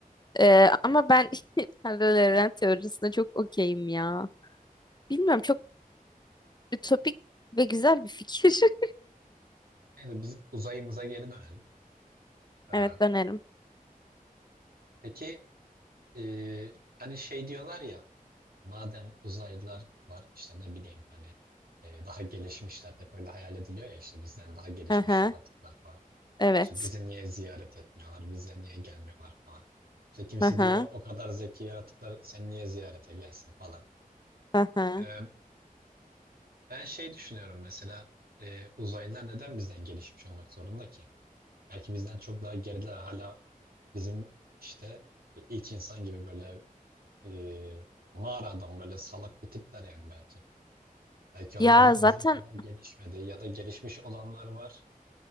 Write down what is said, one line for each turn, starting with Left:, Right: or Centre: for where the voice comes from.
Left: Ee, ama ben <laughs> paralel evren teorisine çok okeyim ya. Bilmiyorum çok ütopik ve güzel bir fikir. <laughs>
Right: Neyse biz uzayımıza geri dönelim. Ee,
Left: Evet dönelim.
Right: peki e, hani şey diyorlar ya madem uzaylılar var işte ne bileyim hani e, daha gelişmişler hep öyle hayal ediliyor ya işte bizden daha gelişmiş
Left: Hı hı.
Right: yaratıklar falan.
Left: Evet.
Right: İşte bizi niye ziyaret etmiyorlar, bize niye gelmiyorlar falan. İşte kimisi
Left: Hı hı.
Right: diyor o kadar zeki yaratıklar sen niye ziyarete gelsin falan.
Left: Hı hı.
Right: Ee, ben şey düşünüyorum mesela e, uzaylılar neden bizden gelişmiş olmak zorunda ki? Belki bizden çok daha geriler hala bizim işte ilk insan gibi böyle e, mağara adam böyle salak bir tipler yani belki. Belki onlar
Left: Ya zaten
Right: bizim kadar gelişmedi ya da gelişmiş olanlar var